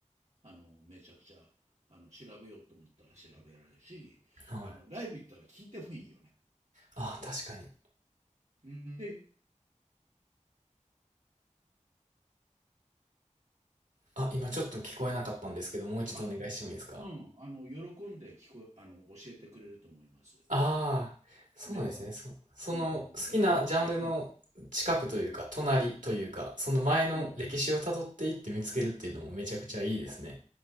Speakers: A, on the right; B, on the right.
A: あの、めちゃくちゃ、あの、調べようと思ったら調べられるし、
B: あ。はい。
A: あの、ライブ行ったら聞いてもいいよね。
B: ああ、確かに。
A: で、
B: あ、今ちょっと聞こえなかったんですけど、もう一度お願いしてもいいですか
A: あ、うん、あの、喜んで聞こあの、教えてくれると思います。
B: ああ、そうですね。
A: メンバーの人。
B: そ、その好きなジャンルの近くというか、
A: うん、俺、うん、うん、
B: 隣というか、その前の歴史をたどっていって見つけるっていうのもめちゃくちゃいいですね。
A: うん。